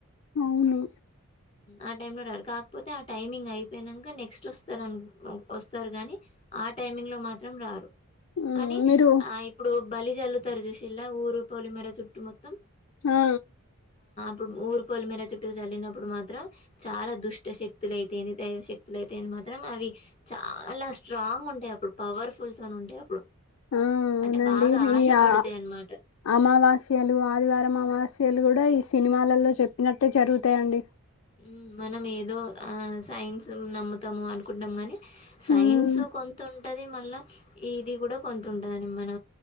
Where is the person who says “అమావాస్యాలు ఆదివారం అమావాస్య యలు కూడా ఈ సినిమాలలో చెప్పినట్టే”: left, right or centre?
Left